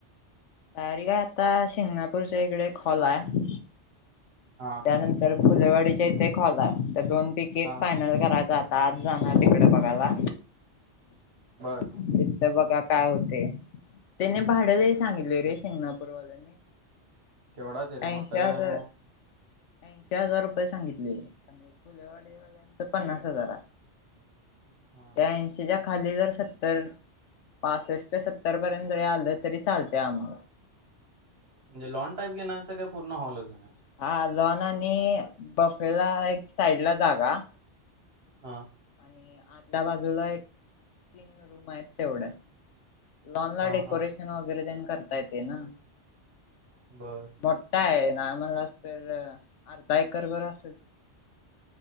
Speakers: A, on the left; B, on the right.
A: तयारी काय आता शिंगणापूर च्या इकडे हॉल आहे.
B: हा.
A: त्यानंतर फुलेवाडीच्या इथे एक हॉल आहे त्या दोन पैकी एक
B: हां
A: फायनल करायचा. आज जाणार तिकडे बघायला.
B: बर.
A: तिथ बघा काय होते त्याने भाड लय सांगितले रे शिंगणापूर वाल्यानी.
B: केवढा आहे तरी
A: ऐनशी
B: मोठा
A: हजार.
B: आहे मग
A: ऐशी हजार रुपये सांगितले आणि फुलेवाडेवालांचा पन्नास हजार आहे.
B: हां हां
A: ते ऐनशी. तेच्या खाली जर सत्तर पासष्ट ते सत्तर पर्यंत जरी आलं तरी चालतय आम्हाला.
B: म्हणज लॉन टाईप घेनार आहेस काय पूर्ण हॉल च घेणार आहेस.
A: हा लॉन आणि बफेला एक साइड ला जागा.
B: हा.
A: आणि त्या बाजूला एक तीन रूम आहेत तेवढ्या. लॉन ला
B: हां
A: डेकोरेशन
B: हां
A: वगैरे तेण करता येते ना.
B: बरं.
A: मोठा आहे नामला तर अर्धा एकर बरं असेल.